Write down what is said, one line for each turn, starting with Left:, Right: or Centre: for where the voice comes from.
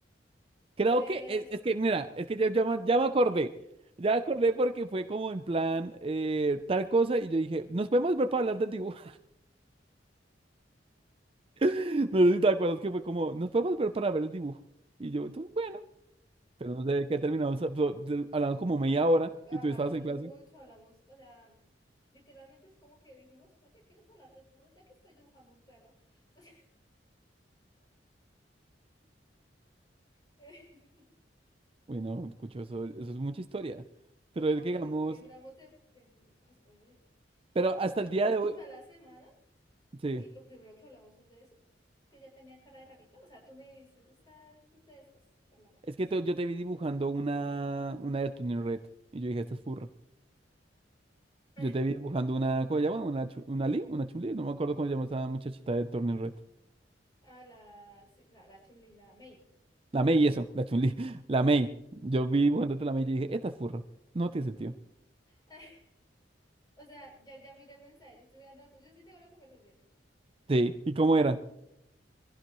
Right: Creo
Left: Pues,
Right: que es, es que, mira, es que ya, ya, me ya me acordé. Ya me acordé porque fue como en plan eh, tal cosa y yo dije, nos podemos ver para hablar del dibujo. <laughs> No sé si te acuerdas que fue como, nos podemos ver para ver el dibujo. Y yo, tú, bueno, pero no sé de qué terminamos. hab- so- de- Hablamos como media
Left: pues
Right: hora
Left: hablamos
Right: y tú estabas en
Left: mucho,
Right: clase.
Left: hablamos, o sea, literalmente es como que dijimos, oye, ¿quieres hablar de furros? Ya que estoy dibujando un perro. Pues, <laughs>
Right: Uy, no, escucho, eso, eso es mucha
Left: es-
Right: historia. Pero
Left: no,
Right: es que
Left: pues
Right: digamos,
Left: es que hablamos de, de furros. Así, Oye,
Right: pero
Left: creo
Right: hasta
Left: que,
Right: el día
Left: creo
Right: de
Left: que
Right: hoy,
Left: fue a la semana
Right: sí,
Left: y lo primero que hablamos fue de eso, que ya tenía cara de rarita. O sea, tú me dices, está, esto es de estas, de las raritas.
Right: es que tú- yo te vi dibujando una, una de tu Red y yo dije, esta es furra.
Left: <laughs>
Right: Yo te vi dibujando una, ¿cómo se llama? Una, chu- una Lee, una Chun-Li, no me acuerdo cómo se llama esa muchachita de Turning Red.
Left: A la, sí, la, la Chun-Li, la Mei.
Right: La Mei, eso, la Chun-Li, <laughs> la Mei. Yo vi dibujándote la Mei y dije, esta es furro, no tiene sentido.
Left: <laughs> O sea, ya, ya mira el mensaje, yo estoy mirando la, co- yo sí tengo la conversación.
Right: Sí, ¿y cómo era?